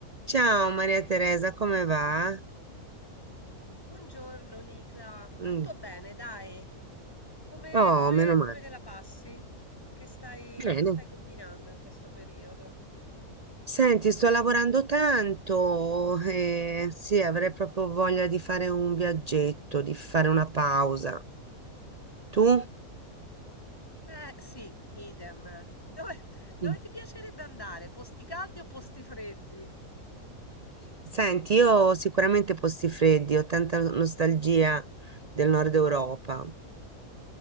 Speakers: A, on the right; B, on the left.
A: Ciao Maria Teresa, come va?
B: Buongiorno Nicla,
A: Mm.
B: tutto bene, dai. Come,
A: Oh,
B: come-
A: meno male.
B: come te la passi? Che stai,
A: Bene.
B: che stai combinando in questo periodo?
A: Senti, sto lavorando tanto e sì, avrei proprio voglia di fare un viaggetto, di fare una pausa. Tu?
B: Eh sì, idem. Dove, dove
A: Sì.
B: ti piacerebbe andare? Posti caldi o posti freddi?
A: Senti, io ho sicuramente posti freddi, ho tanta nostalgia del nord Europa.